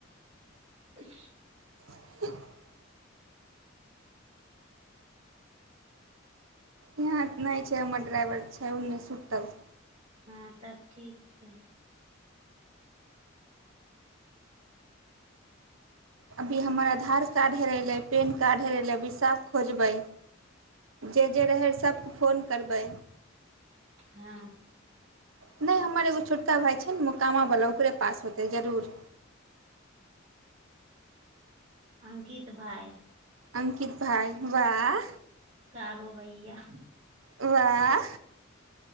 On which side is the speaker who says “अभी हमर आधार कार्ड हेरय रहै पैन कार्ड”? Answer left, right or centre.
Right